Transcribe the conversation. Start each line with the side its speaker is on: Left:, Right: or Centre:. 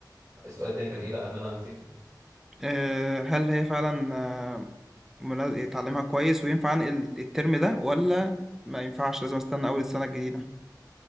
Right: السؤال الثاني كان ايه لان انا نسيته
Centre: آه، هل هي فعلا آه، مناز- يتعلمها كويس وينفع انقل الترم ده ولا ما ينفعش لازم استنى اول السنة الجديدة